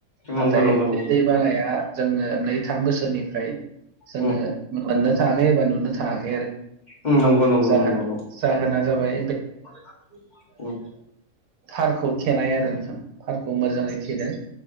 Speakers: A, on the right (about 70°); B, on the left (about 35°).
A: नाथाय
B: नंगौ नंगौ नंगौ
A: बे दै बानाया जोङो नै थाम बोसोरनिफ्राय जोङो
B: उम
A: मोननो थाङाखै। एबा नुनो थाङाखै आरो
B: उम नंगौ नंगौ
A: जाहोन
B: नंगौ नंगौ।
A: जाहोना जाबाय
B: <inaudible> औ।
A: थारखौ थेनाय आरो नोंथां। थारखौ मोजाङै थेदों।